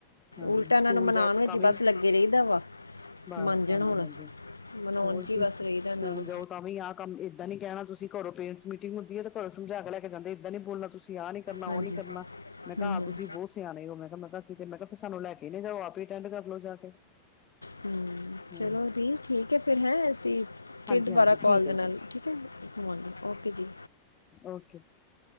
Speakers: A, on the left (about 30°); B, on the left (about 85°).
A: ਹਾਂ
B: ਉਲਟਾ ਇਹਨਾਂ
A: ਸਕੂਲ
B: ਨੂੰ ਮਨਾਉਣ
A: ਜਾਓ
B: ਚ
A: ਤਾਂ
B: ਈ
A: ਵੀ
B: ਬਸ ਲੱਗੇ ਰਹੀਦਾ ਵਾ।
A: ਬਸ
B: ਮੰਨਜਣ
A: ਹਾਂਜੀ,
B: ਹੁਣ
A: ਹਾਂਜੀ
B: ਮਨਾਉਣ
A: ਹੋਰ
B: 'ਚ ਹੀ
A: ਕੀ
B: ਬਸ ਰਹੀਦਾ
A: ਸਕੂਲ
B: ਇਹਨਾਂ ਨੂੰ
A: ਜਾਓ ਤਾਂ ਵੀ ਆਹ ਕੰਮ ਏਦਾਂ ਨੀ ਕਹਿਣਾ ਤੁਸੀ, ਘਰੋਂ ਪੇਰੈਂਟਸ ਮੀਟਿੰਗ ਹੁੰਦੀ ਹੈ, ਤੇ ਘਰੋਂ ਸਮਝਾ ਕੇ ਲੈ ਕੇ ਜਾਂਦੇ, ਏਦਾਂ ਨੀੋ ਬੋਲਣਾ ਤੁਸੀਂ ਆ ਨੀ ਕਰਨਾ, ਉਹ
B: ਹਾਂਜੀ
A: ਨੀ ਕਰਨਾ। ਮੈਂ ਕਿਹਾ
B: ਹੂੰ ਹੂੰ
A: ਤੁਸੀਂ ਬਹੁਤ ਸਿਆਣੇ ਓ, ਮੈਂ ਕਿਹਾ ਦਸ ਤੇ ਮੈਂ ਕਿਹਾ ਤੇ ਸਾਨੂੰ ਲੈ ਕੇ ਨ ਜਾਓ। ਆਪ ਹੀ ਅਟੈਂਡ ਕਰਲਓ ਜਾ ਕੇ
B: ਹੂੰ
A: ਹੂੰ
B: ਚਲੋ ਦੀ ਠੀਕ ਏ ਫਿਰ ਹੈਂ ਅਸੀਂ ਫਿਰ
A: ਹਾਂਜੀ
B: ਦੁਬਾਰਾ
A: ਹਾਂਜੀ
B: ਕੋਲ
A: ਠੀਕ
B: ਦੇ
A: ਹੈ
B: ਨਾਲ,
A: ਜੀ
B: ਠੀਕ ਏ ਓਕੇ ਜੀ।
A: ਓਕੇ ਜੀ।